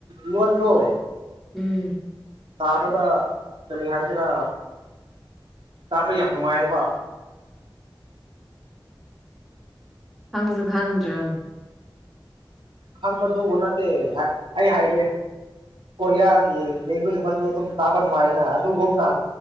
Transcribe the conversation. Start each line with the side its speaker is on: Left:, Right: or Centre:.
Right: ꯂꯣꯟꯗꯣ
Centre: ꯎꯝ
Right: ꯇꯥꯕꯗ ꯀꯔꯤ ꯍꯥꯏꯒꯦꯔꯥ ꯇꯥꯕ ꯌꯥꯝ ꯅꯨꯡꯉꯥꯏꯌꯦꯕ
Centre: ꯈꯪꯁꯨ ꯈꯪꯗ꯭ꯔ
Right: ꯈꯪꯕꯗꯨ ꯅꯠꯇꯦ ꯑ ꯑꯩ ꯍꯥꯏꯒꯦ ꯀꯣꯔꯤꯌꯥꯒꯤ ꯂꯦꯡꯒ꯭ꯋꯦꯖ ꯑꯃꯁꯨ ꯑꯗꯨꯝ ꯇꯥꯕ ꯅꯨꯡꯉꯥꯏꯅ ꯑꯗꯨꯒꯨꯝꯅ